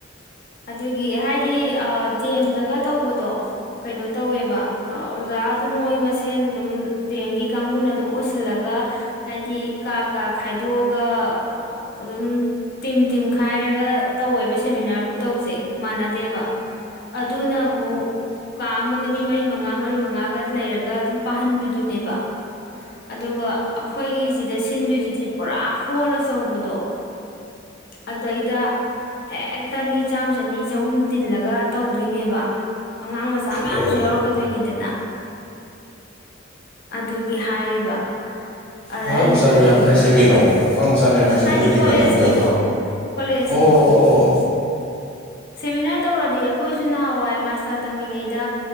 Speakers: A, on the left; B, in the centre.
A: ꯑꯗꯨꯒꯤ ꯍꯥꯏꯗꯤ ꯑꯥ ꯍꯦꯝꯗꯒ ꯇꯧꯕꯗꯣ ꯀꯩꯅꯣ ꯇꯧꯋꯦꯕ ꯑ ꯑꯣꯖꯥ ꯑꯗꯨꯝ ꯃꯣꯏ ꯃꯁꯦꯟ ꯗꯨꯝ ꯗꯤ ꯑꯦꯝꯒꯤ ꯀꯥꯡꯕꯨꯅ ꯑꯗꯨꯝ ꯑꯣꯏꯁꯤꯜꯂꯒ ꯍꯥꯏꯗꯤ ꯀꯥ ꯀꯥ ꯈꯥꯏꯗꯣꯛꯑꯒ ꯑꯣ ꯑꯗꯨꯝ ꯇꯤꯝ ꯇꯤꯝ ꯈꯥꯏꯔꯒ ꯇꯧꯋꯦꯕ ꯁꯤ ꯁꯦꯃꯤꯅꯥꯔ ꯈꯨꯇꯧꯁꯦ ꯃꯥꯟꯅꯗꯦꯕ ꯑꯗꯨꯅ ꯑꯃꯨꯛ ꯀꯥ ꯑꯃꯗ ꯃꯤ ꯃꯔꯤ ꯃꯉꯥ ꯃꯔꯤ ꯃꯉꯥꯒ ꯂꯩꯔꯒ ꯑꯗꯨꯝ ꯄꯥꯍꯟꯕꯤꯗꯨꯅꯦꯕ ꯑꯗꯨꯒ ꯑꯈꯣꯏꯒꯤꯁꯤꯗ ꯁꯤꯟꯗꯣꯏꯁꯤꯗꯤ ꯄꯨꯔꯥ ꯍꯣꯜ ꯑꯆꯧꯕꯗꯣ ꯑꯗꯩꯗ ꯍꯦꯛꯇ ꯃꯤ ꯆꯥꯝ ꯆꯅꯤ ꯆꯍꯨꯝ ꯇꯤꯜꯂꯒ ꯇꯧꯗꯣꯏꯅꯦꯕ ꯑꯉꯥꯡ ꯃꯆꯥ ꯃꯌꯥꯝꯁꯨ
B: ꯑꯣ ꯑꯣ
A: ꯌꯥꯎꯔꯛꯀꯗꯣꯏꯅꯤꯗꯅ ꯑꯗꯨꯒꯤ ꯍꯥꯏꯔꯤꯕ ꯑꯗ
B: ꯑꯉꯥꯡ
A: ꯑꯩꯅ
B: ꯃꯆꯥ
A: ꯈꯜꯂꯤꯅꯤ
B: ꯃꯌꯥꯝ ꯍꯥꯏꯁꯦ ꯀꯩꯅꯣ ꯑꯉꯥꯡ ꯃꯆꯥ ꯃꯌꯥꯝ ꯍꯥꯏꯁꯦ
A: ꯍꯥꯏꯗꯤ
B: ꯅꯣꯏꯒꯤ
A: ꯀꯣꯂꯦꯖꯀꯤꯗꯣ
B: ꯃꯇꯨꯡꯗ
A: ꯀꯣꯂꯦꯖꯀꯤꯗꯣ
B: ꯑꯣ ꯑꯣ
A: ꯁꯦꯃꯤꯅꯥꯔ ꯇꯧꯔꯗꯤ ꯑꯈꯣꯏꯁꯨ ꯅꯍꯥꯟꯋꯥꯏ ꯃꯥꯁꯇꯔ ꯇꯝꯃꯤꯉꯩꯗ